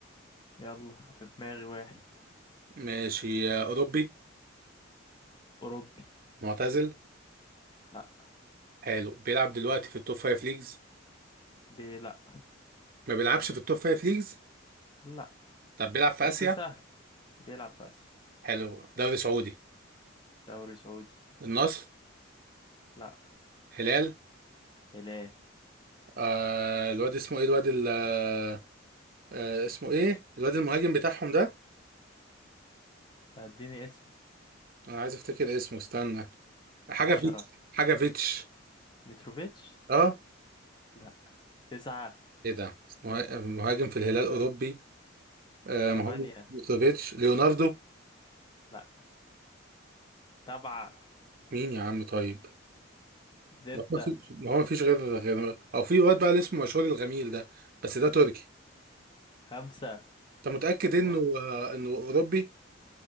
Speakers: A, on the left; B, on the right.
A: يلا في دماغي واحد
B: ماشي آه، اوروبي
A: أوروبي
B: معتزل
A: لا
B: حلو بيلعب دلوقتي في التوب فايف ليجز
A: بي لا
B: ما بيلعبش في التوب فايف ليجز
A: لا
B: طب بيلعب في
A: بس
B: اسيا
A: سهل بيلعب في آسيا
B: حلو دوري سعودي
A: دوري سعودي
B: النصر
A: لا
B: هلال
A: هلال
B: آه الواد اسمه ايه الواد ال- آه آه، اسمه ايه الواد المهاجم بتاعهم ده
A: اديني اسم
B: انا عايز افتكر اسمه استنى حاجه
A: عشرة
B: فيتش حاجه فيتش
A: متروفيتش
B: اه
A: لا تسعة
B: ايه ده مه- مهاجم في الهلال اوروبي آه ما
A: تمانية
B: هو بوسوفيتش ليوناردو
A: لا سبعة
B: مين يا عم طيب
A: ستة
B: ما فيش ما هو ما فيش غير غير او في واد بقى اللي اسمه مشهور الغميل ده بس ده تركي
A: خمسة
B: انت متأكد انه
A: أه
B: آه انه اوروبي